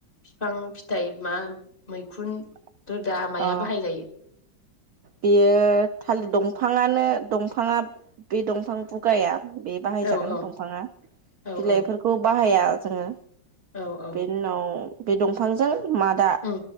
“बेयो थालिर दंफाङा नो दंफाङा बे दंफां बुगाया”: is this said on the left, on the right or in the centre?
Right